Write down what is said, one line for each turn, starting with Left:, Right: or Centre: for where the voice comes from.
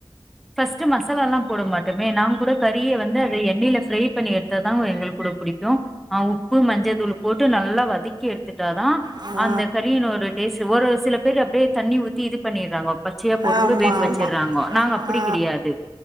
Centre: ஃபர்ஸ்ட்ட் மசாலால்லாம் போட மாட்டுமே நங்க கூட கறியை வந்து அதை எண்ணெயில ஃப்ரை பண்ணி எடுத்த தான் எங்களுக்கு கூட பிடிக்கும் ஆ உப்பு மஞ்சள் தூள் போட்டு நல்லா வதக்கி எடுத்துட்டாதான்
Right: ஆ
Centre: அந்த கறினோட ட ஒரு சில பேர்ல அப்படியே தண்ணி ஊத்தி இது பண்ணிறாங்க பச்சையா போட்டு
Right: ஆமா
Centre: கூட வேக வச்சிடுறாங்க
Right: ஆமா
Centre: நாங்க அப்படி
Right: ஆ
Centre: கிடையாது